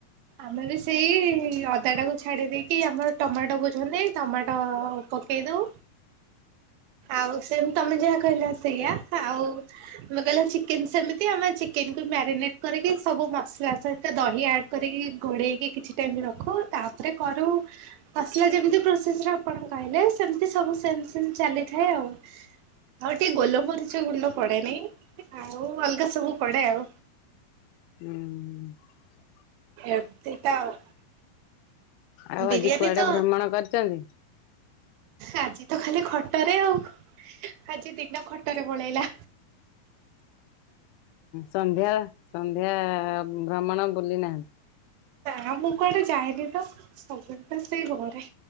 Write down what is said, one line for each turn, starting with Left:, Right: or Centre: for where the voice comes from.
Right: ଆମେ ବି ସେଇ ଅଦା ଟାକୁୁ ଛାଡି ଦେଇକି ଆମର ଟମାଟୋ ବୁଝନ୍ତି। ଟମାଟୋ ପକେଇ ଦଉ। ଆଉ ସେନ୍ତି ତମେ ଯାହା କହିଲ ସେଇଆ ଆଉ ତମେ କହିଲ ଚିକେନ ସେମିତି ଆମେ ଚିକେନ କୁ ମ୍ୟାରିନେଟ କରିକି ସବୁ ମସଲା ତା ସହିତ ଦହି ଆଡ୍ କରିକି ଗୋଢେଇକି କିଛି ଟାଇମ ରଖୁ ତା ରେ କରୁ ଆସିଲା ଯେମିତି ପ୍ରୋ ସେଶ୍ ରେ ଆପଣ କହିଲେ ସେମିତି ସବୁ ସେମ ସେମ ଚାଲିଥାଏ ଆଉ। ଆଉ ଟିକେ ଗୋଲମରିଚ ଗୁଣ୍ଡ ପଡେନି ଆଉ ଅଲଗା ସବୁ ପଡେ ଆଉ।
Left: ହୁଁ।
Right: ଏମ୍ତି ତ ଆଉ।
Left: ଆଉ
Right: ବିରିୟାନୀ
Left: ଆଜି କୁଆଡେ
Right: ତ
Left: ଭ୍ରମଣ କରିଛନ୍ତି?
Right: ଆଜି ତ ଖାଲି ଖଟରେ ଆଉ। ଆଜି ଦିନ ଖଟରେ ପଳେଇଲା।
Left: ସନ୍ଧ୍ୟା ସନ୍ଧ୍ୟା ଭ୍ରମଣ ବୁଲି ନାହାନ୍ତି?
Right: ନା ମୁଁ କୁଆଡେ ଯାଏନି ତ ସବୁବେଳେ ତ ସେଇ ଘରେ